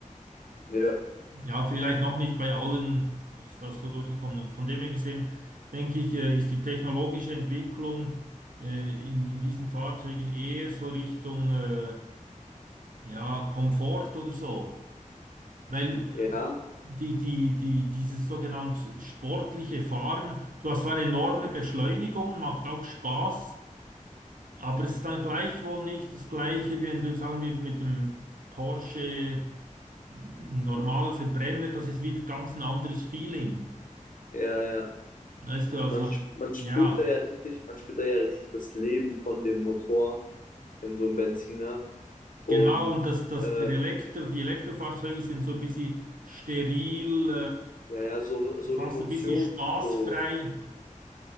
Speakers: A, on the left (about 80°); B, on the right (about 85°).
A: ja,
B: Ja, vielleicht noch nicht bei allen ist das so durchgekommen. Und von dem her gesehen, denke ich, äh, ist die technologische Entwicklung äh, in, in diesen Fahrzeugen eher so Richtung äh, ja, Komfort oder so. Weil äh,
A: ja,
B: die, die, die, dieses sogenannte sportliche Fahren, du hast zwar enorme Beschleunigungen, macht auch Spaß, aber es ist dann gleichwohl nicht das Gleiche, wie wenn du sagen wir mit dem Porsche normaler Verbrenner, das ist wieder ganz ein anderes Feeling.
A: ja, ja.
B: Weißt du, also
A: Man, man spürt
B: ja,
A: da ja richtig, man spürt da ja richtig das Leben von dem Motor in so einem Benziner und
B: genau, und das, das
A: äh,
B: der Elektro, die Elektrofahrzeuge sind so ein bisschen steril,
A: ja, ja, so,
B: äh,
A: so
B: fast
A: emotionslos,
B: ein bisschen spaßfrei.